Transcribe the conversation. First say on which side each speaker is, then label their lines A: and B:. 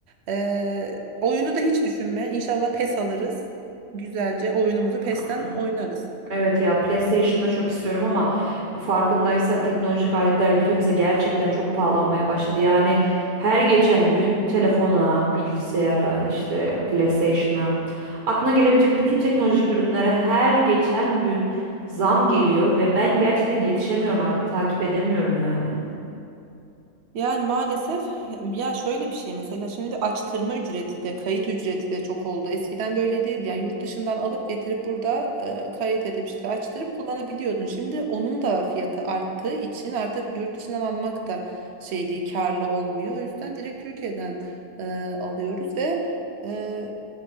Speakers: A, on the right (about 50°); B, on the right (about 85°).
A: E, oyunu da hiç düşünme. İnşallah PES alırız. Güzelce oyunumuzu PES'ten
B: Aa,
A: oynarız.
B: Evet ya PlayStation da çok istiyorum ama farkındaysan teknolojik aletler ülkemize gerçekten çok pahalanmaya başladı. Yani her geçen gün telefona, bilgisayara, işte PlayStation'a aklına gelebilecek bütün teknolojik ürünlere her geçen gün zam geliyor ve ben gerçekten yetişemiyorum artık takip edemiyorum yani.
A: Yani maalesef ya şöyle bir şey mesela şimdi açtırma ücreti de kayıt ücreti de çok oldu. Eskiden böyle değildi. Yani yurt dışından alıp getirip burada e, kayıt edip işte açtırıp kullanabiliyordun. Şimdi onun da fiyatı arttığı için artık yurt dışından almak da şey değil karlı olmuyor. O yüzden direkt Türkiye'den e, alıyoruz ve e,